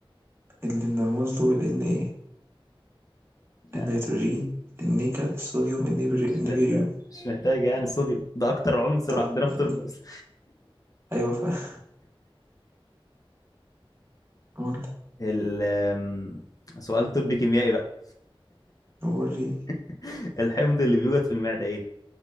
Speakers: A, on the right (about 25°); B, on the left (about 40°).
A: اللي بنرمز له بالإن إيه
B: لا،
A: النيتروجين النيكل الصوديوم النيبري
B: مش
A: النيبيريوم
B: محتاج مش محتاج يعني الصوديوم ده اكتر عنصر
A: صح
B: عندنا
A: الله
B: في طب
A: ينور.
B: اصلا
A: أيوة فاهم قول
B: ال آم، سؤال طبي كيميائي بقى
A: وريني
B: <laughs> الحمض اللي بيوجد في المعدة ايه